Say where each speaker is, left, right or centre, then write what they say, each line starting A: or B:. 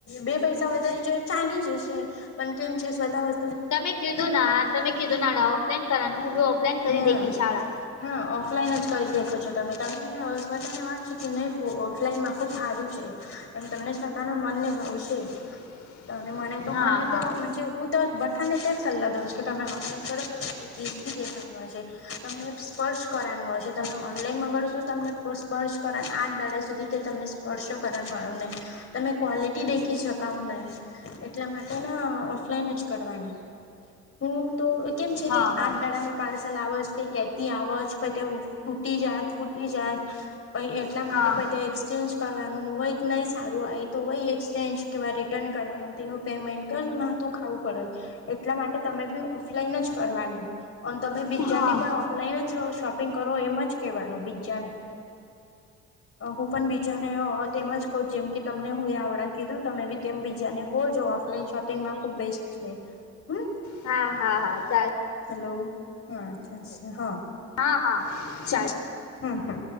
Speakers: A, on the left; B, on the left.
A: બે પૈસા વધારે છે ચ ચાલી જશે પણ કેમ છે સ્વતા વ
B: તમે કીધું ના તમે કીધું ના ના ઓફલાઈન કરવાનું હું. ઓફલાઈન કરી
A: હમ
B: દેખી શાળા
A: હા ઓફલાઈન જ કરી દેખો છો તમે તમને સ્વતાને વાંચ છો કે નહી ભ ઓફલાઈન માં ખુબ સારું છે. એમ તમને સ્તાના મન ને ભાવશે.
B: <inaudible>
A: તને મને તો
B: હા
A: મને
B: હા
A: તો હું. તો બઠાને તે જ સલાહ દઉં છે કે તમે ઓફલાઈન કરો તો તમને ચીઝ બી કેફાઈન મળશે, તમને સ્પર્શ કરનું મળશે તમે ઓનલાઈન મગાવડો છો તમને સ્પર્શ કર આઠ દાડા સુધી તે તમને સ્પર્શ કરણ મળવ નહી તમે ક્વોલિટી દેખી શકાવ નહી એટલા માટે ના ઓફલાઈન જ કરવાની હું તો કેમ છે,
B: હા
A: તે
B: હા
A: આઠ પાર્સલ આવજ તે કેતી આવજ પતે ટૂટી જાત ફૂટી જાત પ એટલા માટે
B: હા
A: પ ચેન્જ કરવાનું હોય નહીં સારું આવેય તો હોય એક્સચેન્જ કેવા રિટર્ન કરવાનું, તેનું પેમેન્ટ માથું ખાવું પડે એટલા માટે તમે બી ઓફલાઈન જ કરવાનું, અને તમે બીજાને
B: હા
A: પણ ઓફલાઈન જ શોપિંગ કરો એમ જ કહેવાનું બીજાને
B: <inaudible>
A: હું પણ બીજાને તેમજ કવ જેમ કે તમને હું આવડા કીધું તમે બી તેમ બીજાને કહો જો ઓનલાઈન શોપિંગમાં ખુબ બેસ્ટ છે, હમ
B: હા હા હા ચાલ
A: હલો <unintelligible>
B: હા, હા ચ
A: હમ્મ હા